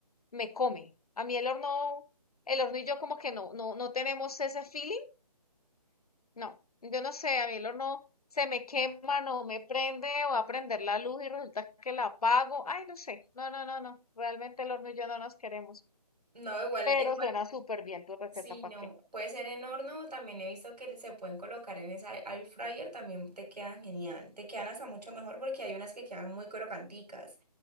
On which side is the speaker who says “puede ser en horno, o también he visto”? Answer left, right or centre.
Right